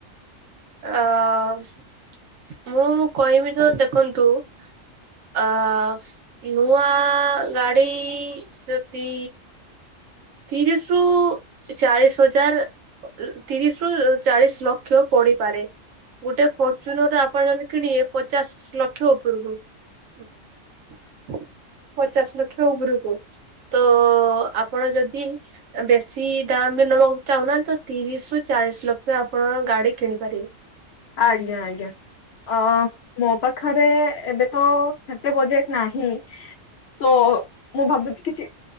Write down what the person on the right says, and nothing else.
ଅ <inaudible> ମୁଁ କହିବି ତ ଦେଖନ୍ତୁ ଆ- ଆ <inaudible> ନୂଆ ଗାଡ଼ି <inaudible> ଯଦି ତିରିଶ ରୁ ଚାଳିଶ ହଜାର ତିରିଶ ରୁ ଚାଳିଶ ଲକ୍ଷ ପଡିପାରେ। ଗୋଟେ ଫର୍ଚୁନର ଟେ ଆପଣ ଯଦି କିଣିବେ ପଚାଶ ଲକ୍ଷ ଲକ୍ଷ ଉପରକୁ <inaudible> ପଚାଶ ଲକ୍ଷ ଉପରକୁ ତ ଆପଣ ଯଦି <inaudible> ବେଶୀ ଦାମ ବି ନବାକୁ ଚାହୁଁନାହାନ୍ତି ତ ତିରିଶରୁ ଚାଳିଶ ଲକ୍ଷ ଆପଣଙ୍କ ଗାଡି କିଣିପାରିବେ।